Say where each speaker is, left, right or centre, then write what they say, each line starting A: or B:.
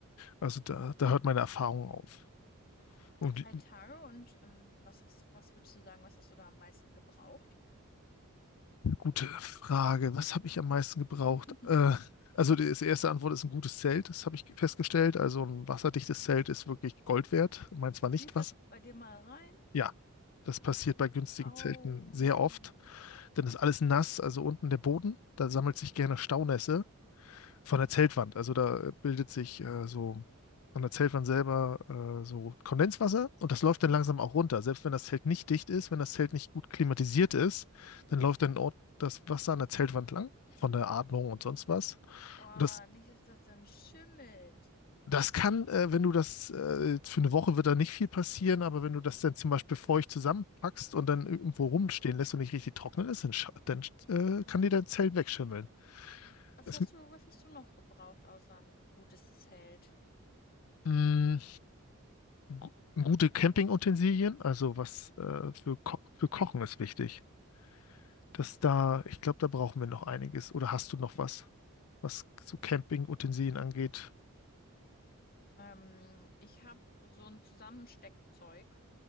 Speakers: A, on the left; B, on the left.
A: Also da, da hört meine Erfahrung auf. Und
B: Drei Tage und ähm, was hast, was würdest du sagen, was hast du da am meisten gebraucht?
A: gute Frage, was habe ich am meisten gebraucht?
B: <laughs>
A: Äh, also die die erste Antwort ist ein gutes Zelt, das habe ich festgestellt. Also ein wasserdichtes Zelt ist wirklich Gold wert. Meins war nicht
B: Lief das
A: was.
B: bei dir mal rein?
A: Ja, das passiert bei günstigen
B: Oh
A: Zelten
B: Mann,
A: sehr oft. Dann ist alles nass, also unten der Boden. Da sammelt sich gerne Staunässe von der Zeltwand. Also da bildet sich äh, so an der Zeltwand selber äh, so Kondenswasser und das läuft dann langsam auch runter. Selbst wenn das
B: Gott.
A: Zelt nicht dicht ist, wenn das Zelt nicht gut klimatisiert ist, dann läuft dann dort das Wasser an der Zeltwand lang von der Atmung und sonst was.
B: Oh,
A: Und das,
B: nicht, dass das dann schimmelt.
A: das kann, äh, wenn du das, äh, für eine Woche wird da nicht viel passieren, aber wenn du das dann zum Beispiel feucht zusammenpackst und dann irgendwo rumstehen lässt und nicht richtig trocknen ist, dann, scha- dann äh,
B: <laughs>
A: kann dir dein
B: ja.
A: Zelt wegschimmeln.
B: Was
A: Es,
B: hast du, was hast du noch gebraucht, außer ein gutes Zelt?
A: mh, gu- gute Campingutensilien, also was äh, für, Ko für Kochen ist wichtig. Das da, ich glaube, da brauchen wir noch einiges. Oder hast du noch was, was so Campingutensilien angeht?
B: Ähm, ich habe so ein Zusammensteckzeug,